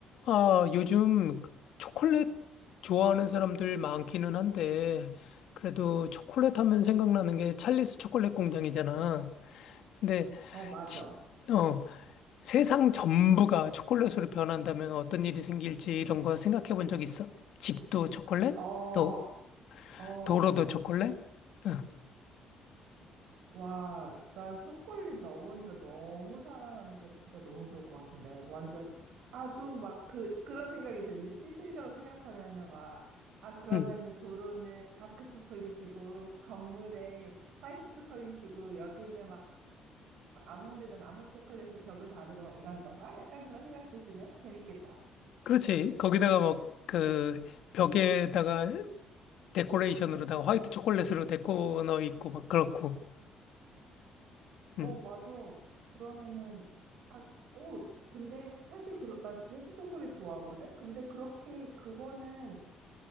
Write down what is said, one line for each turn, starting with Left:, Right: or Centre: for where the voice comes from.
Left: 아, 요즘 초콜릿 좋아하는 사람들 많기는 한데, 그래도 초콜릿 하면 생각나는 게 찰리스 초콜릿 공장이잖아. 근데,
Right: 어, 맞아.
Left: 치- 어, 세상 전부가 초콜릿으로 변한다면 어떤 일이 생길지 이런 거 생각해 본 적 있어? 집도 초콜릿?
Right: 어,
Left: 또,
Right: 어,
Left: 도로도 초콜릿? 응,
Right: 와, 난 초콜릿 러버니까 너무 사랑하니까 진짜 너무 좋을 것 같은데. 완전, 아, 좀 막 그, 그런 생각이 드는데, 실질적으로 생각하면은 막, 아, 그러면은
Left: 응.
Right: 도로는 다크 초콜릿이고, 건물에 화이트 초콜릿이고, 여기는 막 아몬드는 아몬드 초콜릿으로 벽을 바르고 막 이러는 건가? 약간 그런 생각도 드네. 재밌겠다.
Left: 그렇지. 거기다가 막, 그, 벽에다가 데코레이션으로다가 화이트 초콜릿으로 데코 넣어 있고, 막 그렇고.
Right: 어,
Left: 응.
Right: 맞아. 그러면은, 아, 오, 근데 사실 그, 나 진짜 초콜릿 좋아하거든? 근데 그렇게 그거는,